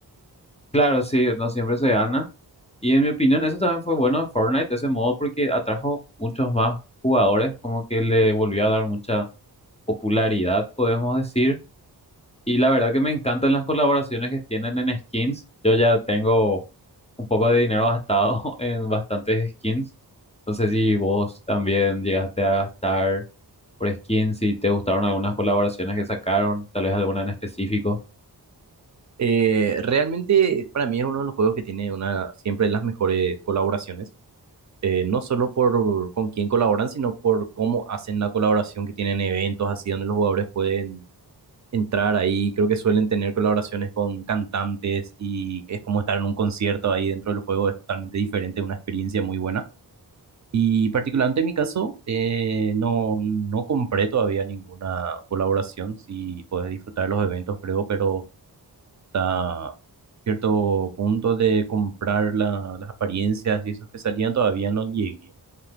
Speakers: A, on the left; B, on the right.
A: Claro, sí, no siempre se gana. Y en mi opinión, eso también fue bueno de Fortnite, de ese modo, porque atrajo muchos más jugadores, como que le volvió a dar mucha popularidad, podemos decir. Y la verdad que me encantan las colaboraciones que tienen en skins. Yo ya tengo un poco de dinero gastado <laughs> en bastantes skins. No sé si vos también llegaste a gastar por skins, si te gustaron algunas colaboraciones que sacaron, tal vez alguna en específico.
B: Eh, realmente para mí es uno de los juegos que tiene una, siempre las mejores colaboraciones, eh, no solo por con quién colaboran, sino por cómo hacen la colaboración, que tienen eventos así donde los jugadores pueden entrar ahí. Creo que suelen tener colaboraciones con cantantes y es como estar en un concierto ahí dentro del juego, es totalmente diferente, una experiencia muy buena. Y particularmente en mi caso, eh, no, no compré todavía ninguna colaboración, si puedes disfrutar de los eventos, creo, pero hasta cierto punto de comprar la- las apariencias y esos que salían todavía no llegué,